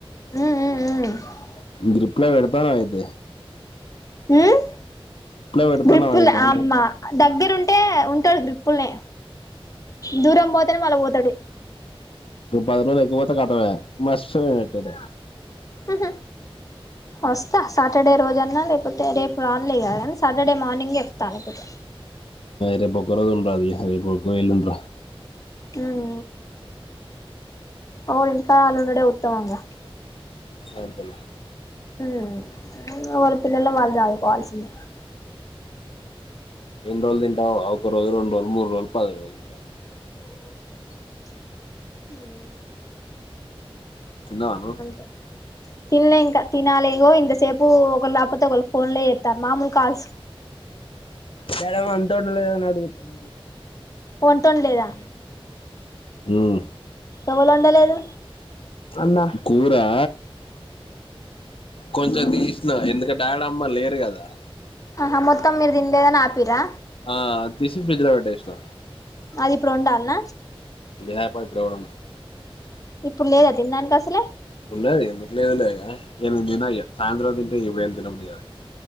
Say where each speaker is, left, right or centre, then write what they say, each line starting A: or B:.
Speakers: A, on the left; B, on the left.
A: హ్మ్ హు హ్మ్ హు హ్మ్ హు
B: గ్రిఫ్లో పెడతాన్నవయితే.
A: హ్మ్?
B: పెడతాను
A: గ్రిపుల్
B: అయితే అంటాడు
A: అమ్మ దగ్గరు ఉంటె ఉంటే ఉంటాది. గ్రిఫ్లో. దూరం పోతేనే మళ్ళ పోతాడు.
B: నువ్వు పది రోజులు ఎక్కుకపోతే కట్టవే. మస్తుగపెట్టిరి.
A: హ్మ్ హు! వస్తా సాటర్డే రోజు. అన్నా లేకపోతే రేపు రానులే కానీ సాటర్డే మార్నింగ్ చెప్తా లేకపోతే.
B: రే పొక్క రోజు ఉండాలి రెపో ఎల్లుండో.
A: హ్మ్ అవు ఇంకా వాళ్ళు ఉండడమే ఉత్తమంగా.
B: అదల్ <unintelligible>
A: హ్మ్! ఊళ్లో వాళ్ల పిల్లలు వాళ్ళు చేసుకోవాల్సిందే.
B: ఎన్ని రోజులు తింటావు? ఒక రోజు, రెడు రోజలు, మూడు రోజులు, పది రోజులు ఇంకా!
A: హ్మ్ హు!
B: తిన్నావా నువ్వు
A: అంతే, తిన్లే ఇంకా తినాలిగో. ఇంతసేపు. అబ్బో ఒకరు లేకపోతే ఒకళ్ళు ఫోన్ లో చెత్తామా మామూలు. కాజ <unintelligible>
B: సరే వంటండలేదు. డుగుంది <unintelligible>
A: ఫోన్ ఇట్టం లేదా?
B: ఉమ్
A: ఎవ్వలొండలేదు.
B: అన్నా! కూరా. కొంచెం తీసినా ఎందుకంటె. డాడమ్మ లేరు కదా?
A: ఆహా! మొత్తం మీరు తినలేదని ఆపిర్ రా?
B: ఆ తీసి ఫ్రిజ్ లో పెట్టేసా.
A: అది ఇప్పుడు ఉండాలన్న?
B: హ్యాపై ప్రౌడంతో
A: ఇప్పుడు లేదా తినడానికి అసలే
B: ఉన్నది ఎందుకులేదు లే ఏ దినయ సాయంత్రం ద ఏ ఇప్పుడేం తినబుద్ధికాలే